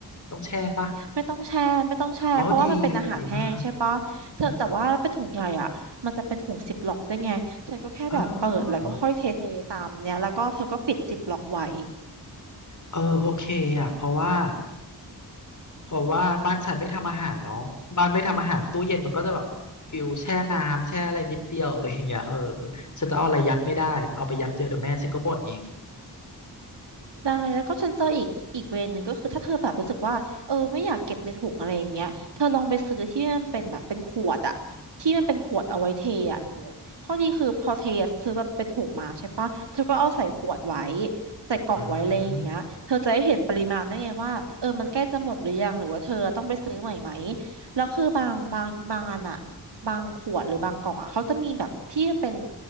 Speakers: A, on the left; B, on the right.
A: ต้องแช่ป่ะ
B: ไม่ต้องแช่ไม่ต้องแช่เพราะว่ามันเป็นอาหารแห้งใช่ปะเธอแต่ว่าเป็นถุงใหญ่อ่ะมันจะเป็นถุงซิปล็อกได้วยไงเธอก็แค่แบบเปิดแล้วก็ค่อยเทเทตามเนี้ยแล้วก็เธอก็ปิดซิปล็อกไว้
A: อ๋อดีดีมากเออเออโอเคอ่ะเพราะว่าเพราะว่าบ้านฉันไม่ทำอาหารเนาะบ้านไม่ทำอาหารตู้เย็นมันก็จะแบบฟิลแช่น้ำแช่อะไรนิดเดียวอะไรอย่างเงี้ยเออฉันจะเอาอะไรยัดไม่ได้เอาไปยัดเยอะเดี๋ยวแม่ฉันก็บ่นอีก
B: ได้แล้วก็ฉันเจออีกอีกเวย์หนึ่งก็คือถ้าเธอแบบรู้สึกว่าเออไม่อยากเก็บในถุงอะไรอย่างเงี้ยเธอลองไปซื้อที่มันเป็นแบบเป็นขวดอะที่มันเป็นขวดเอาไว้เทอะเธอข้อดีคือพอเทซื้อแบบเป็นถุงมาใช่ปะเธอก็เอาใส่ขวดไว้ใส่กล่องไว้เลยอย่างเงี้ยเธอจะได้เห็นปริมาณได้ไงว่าเออมันใกล้จะหมดหรือยังหรือว่าเธอต้องไปซื้อใหม่ไหม
A: อ่า
B: แล้วคือบางบางบางอันอะบางขวดหรือบางกล่องอะเขาจะมีแบบที่มันเป็น